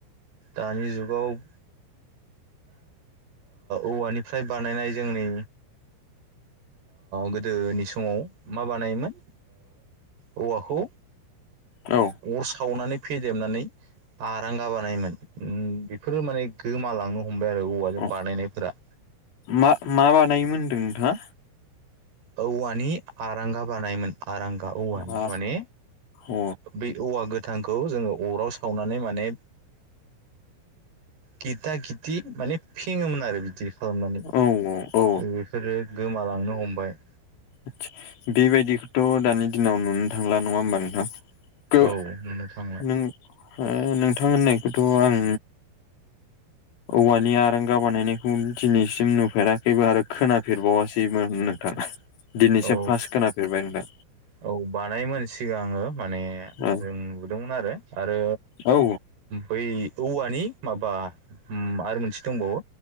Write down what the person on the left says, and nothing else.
औ।
औ
मा मा बानायोमोन्दों नोंथाङा?
अ
औ
औ औ
आदसा बेबायदिखौथ' दानि दिनाव नुनो थांला नङा होमबा नोंथां। गो
नों नोंथां होननायखौथ' आं औवानि आरगा बानायनायखौ दिनैसिम नुफेराखैबो आरो खोनाफेरबावासैमोन नोंथाङ। दिनैसिम
फार्स्ट खोनाफेरबाय नोंथां।
औ
औ